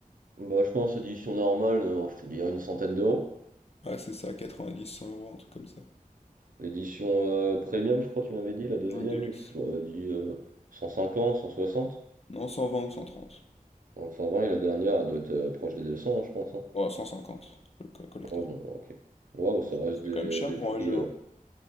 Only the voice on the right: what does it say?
Bah je pense édition normale, euh, je te dirais une centaine d'euros.
L'édition euh, premium, je crois, tu m'avais dit, la deuxième,
j'aurais dit euh, 150, 160,
donc 120, et la dernière elle doit être euh, proche des 200, hein, je pense. hein.
Ouais, bon, ok. Ouais, bah, ça reste
des,
des
prix.
euh,